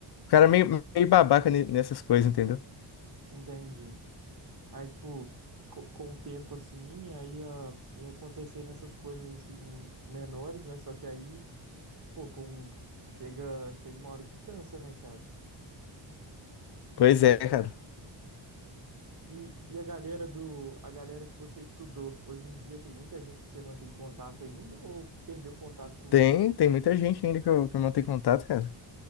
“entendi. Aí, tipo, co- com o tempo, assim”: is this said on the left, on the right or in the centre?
Right